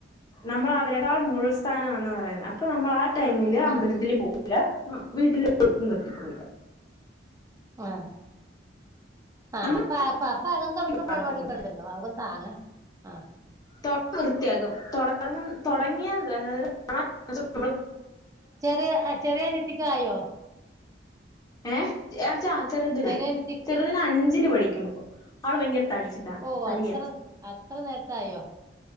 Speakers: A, on the left; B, on the right.
A: നമ്മൾ അവരെക്കാൾ മുൾ സ്ഥാനാന്ന് പറയുന്നത് അപ്പൊ നമ്മൾ ആ ടൈമില് അമ്പലത്തിൽ
B: ആഹ്
A: പോകും ല്ലാ വീട്ടില ളക്കും കത്തിക്കൂല
B: ആഹ ആഹ്
A: നമ്മൾ
B: അപ്പപ്പ അപ്പ അകം തുടക്കുന്ന
A: പ്രാർത്ഥിക്കും
B: പരിപാടി ഒക്കെ ഉണ്ടല്ലോ അകും താങ്ങ ആ
A: തൊട വൃത്തിയാക്കും തുടങ്ങും തുടങ്ങിയ ആ ദിവസം നമ്മൾ
B: ചെറിയ ചെറിയ നെട്ടിക്ക ആയോ
A: ഏ അഛ ചെറുതിനിനായി
B: ചെറിയ അനിയത്തി
A: ചെറുതിന് അഞ്ചില് പഠിക്കുമ്പോൾ ആള് ഭയങ്കര തടിച്ചിട്ടാണ്
B: ഓ
A: തടിയാ
B: അത്ര അത്ര നേരത്തായോ?